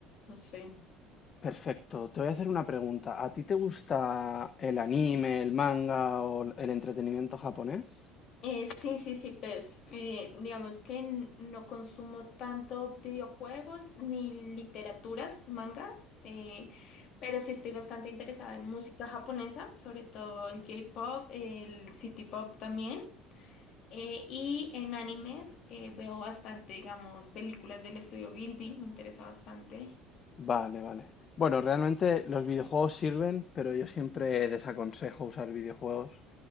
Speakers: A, on the left (about 55°); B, on the left (about 35°).
A: no sé.
B: Perfecto. Te voy a hacer una pregunta. ¿A ti te gusta el anime, el manga o el entretenimiento japonés?
A: Eh, sí, sí, sí, pues eh, digamos que n- no consumo tanto videojuegos ni literaturas, mangas, eh, pero sí estoy bastante interesada en música japonesa, sobre todo el J-pop, el city pop también. Eh, y en animes eh, veo bastante, digamos, películas del estudio Gilby, me interesa bastante.
B: Vale, vale. Bueno, realmente los videojuegos sirven, pero yo siempre desaconsejo usar videojuegos